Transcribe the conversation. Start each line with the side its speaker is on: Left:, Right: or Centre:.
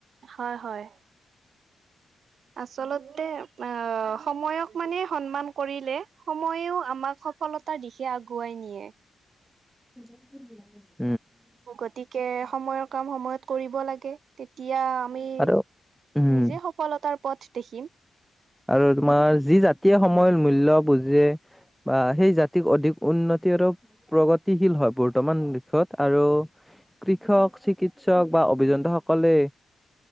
Right: হয়, হয়। আচলতে অঁ! সময়ক মানে সন্মান কৰিলে। সময়ো আমাক স সফলতাৰ দিশে আগুৱাই নিয়ে।
Centre: <unintelligible>
Right: গতিকে, সময়ৰ কাম সময়ত কৰিব লাগে। তেতিয়া আমি,
Centre: আৰু উম
Right: নিজে সফলতাৰ পথ দেখিম।
Centre: আৰু তোমাৰ যি জাতিয়ে সময়ৰ মূল্য বুজে বা সেই জাতিক অধিক উন্নতি আৰু প্ৰগতিশীল হয় বৰ্তমান দিশত আৰু কৃষক চিকিৎসক বা অভিযন্ত সকলে